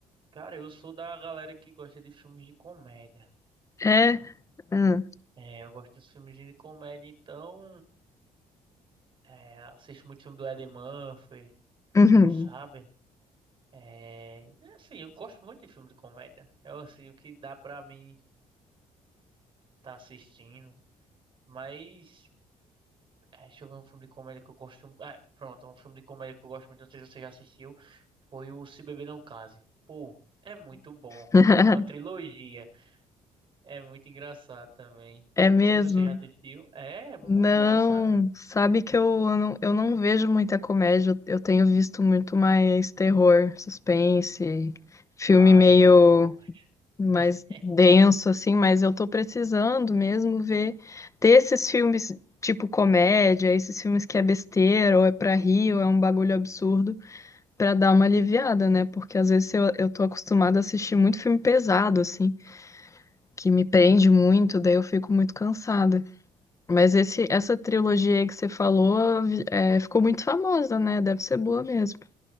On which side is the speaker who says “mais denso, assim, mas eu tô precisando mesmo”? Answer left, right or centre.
Left